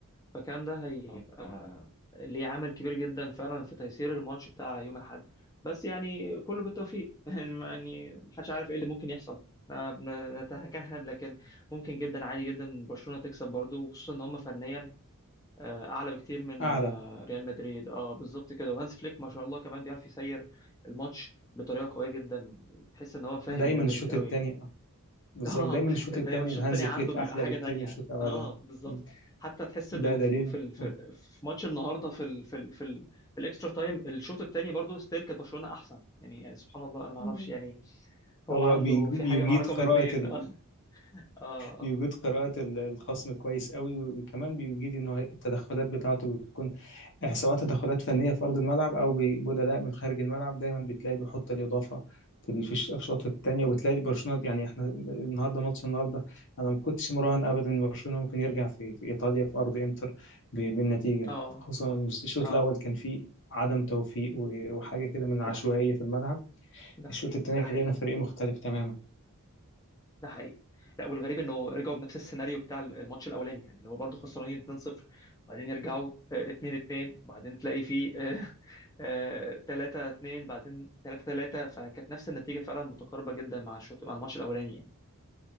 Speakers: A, on the left (about 15°); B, on the left (about 55°).
A: فكان ده هيبقى ليه عامل كبير جدا فعلا في تيسير الماتش بتاع يوم الاحد بس يعني كله بالتوفيق <laughs> يعني محدش عارف ايه اللي ممكن يحصل أنا بن- نتكهن لكن ممكن جدا عادي جدا برشلونة تكسب برضو وخصوصا ان هم فنيا آه، اعلى بكتير من
B: أعلى
A: آه، ريال مدريد اه بالظبط كده وهانس فليك ما شاء الله كمان بيعرف يسير الماتش بطريقه قويه جدا تحس ان هو فاهم
B: دايما
A: ريال
B: الشوط
A: مدريد قوي
B: الثاني
A: يعني <laughs>
B: بالظبط
A: اه
B: دايما الشوط
A: دايما
B: الثاني
A: الشوط
B: الهانز
A: الثاني عنده
B: فليك
A: بيبقى
B: أحلى
A: حاجه
B: بكتير
A: تانية
B: من الشوط الأولاني
A: اه بالظبط
B: م.
A: حتى تحس
B: ده
A: انه
B: دليل
A: في في ال- في
B: آه.
A: في ماتش النهارده في ال في ال في, ال في الاكسترا تايم الشوط الثاني برضه ستيل كانت برشلونه احسن يعني يعني سبحان الله انا ما اعرفش
B: مم.
A: يعني هو
B: هو
A: عنده
B: بيج-
A: في
B: بيجيد
A: حاجه مع رقم
B: قراءة
A: اثنين <laughs> اه اه اه
B: بيجيد قراءة ال- الخصم كويس قوي وكمان بيجيد ان هو التدخلات بتاعته بتكون آه، سواء تدخلات فنية في أرض الملعب أو ب- بدلاء من خارج الملعب دايما بتلاقي بيحط الإضافة في ال- في الش- الأشواط
A: م-
B: التانية وبتلاقي برشلونة يعني احنا النهارده ماتش النهارده أنا ما كنتش مراهن
A: م.
B: أبدا إن برشلونة ممكن يرجع في في إيطاليا في أرض إنتر ب- بالنتيجة
A: اه
B: خصوصا إن الشوط
A: آه.
B: الأول كان فيه عدم توفيق و- وحاجة كده من العشوائية
A: ده حقيقي
B: في الملعب
A: ده حقيقي
B: الشوط التاني
A: ده حقيقي
B: لقينا فريق مختلف تماما
A: ده حقيقي لا والغريب انه رجعوا بنفس السيناريو بتاع الماتش الاولاني يعني اللي هو برضه خسرانين 2-0 وبعدين يرجعوا آه، 2-2 وبعدين تلاقي فيه آه، <laughs> آه، 3-2 بعدين 3-3 فكانت نفس النتيجه فعلا متقاربه جدا مع الشوط مع الماتش الاولاني يعني